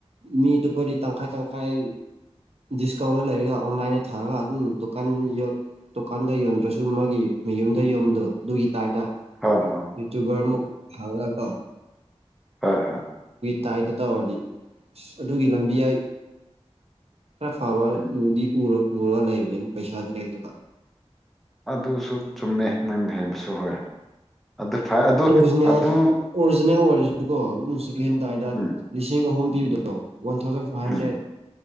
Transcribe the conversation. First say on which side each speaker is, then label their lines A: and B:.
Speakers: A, on the right; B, in the centre.
A: ꯃꯤ ꯇꯣꯞꯄꯗꯤ ꯇꯪꯈꯥꯏ ꯇꯪꯈꯥꯏ ꯗꯤꯁꯀꯥꯎꯟꯗ ꯂꯩꯔꯒ ꯑꯣꯟꯂꯥꯏꯟꯗ ꯊꯥꯔꯒ ꯑꯗꯨꯝ ꯗꯨꯀꯥꯟ ꯗꯨꯀꯥꯟꯗ ꯌꯣꯟꯗ꯭ꯔꯁꯨ ꯃꯥꯒꯤ ꯃꯌꯨꯝꯗ ꯌꯣꯟꯕꯗꯣ ꯑꯗꯨꯒꯤ ꯇꯥꯏꯞꯇ
B: ꯍ ꯍ
A: ꯌꯨꯇꯨꯕꯔ ꯃꯨ ꯐꯜꯅ ꯀ
B: ꯍꯥ ꯍꯥ
A: ꯇꯥꯏꯇ ꯇꯧꯔꯗꯤ ꯑꯁ ꯑꯗꯨꯒꯤ ꯂꯝꯕꯤ ꯌꯥꯏ ꯍ ꯐꯥꯕ
B: ꯎꯝ
A: ꯎꯗꯤ ꯎ ꯎꯔ ꯂꯩꯕꯅꯦ ꯄꯩꯁꯥꯗ ꯂꯩ ꯇ
B: ꯑꯗꯨꯁꯨ ꯆꯨꯝꯃꯦ ꯅꯪ ꯍꯥꯏꯕꯁꯨ ꯍꯣꯏ ꯑꯗꯨ ꯐꯩ ꯑꯗꯨ
A: ꯑꯣꯔꯤꯖꯤꯅꯦꯜ
B: ꯑꯗꯨ
A: ꯑꯣꯔꯤꯖꯤꯅꯦꯜ ꯑꯣꯏꯔꯦꯁꯨ ꯀꯣ ꯑꯗꯨ ꯁꯦꯀꯦꯟ ꯍꯦꯟ ꯇꯗ
B: ꯎꯝ
A: ꯂꯤꯁꯤꯡ ꯑꯍꯨꯝ ꯄꯤꯕꯤꯗꯣꯏꯣ one thousand five
B: um
A: hundred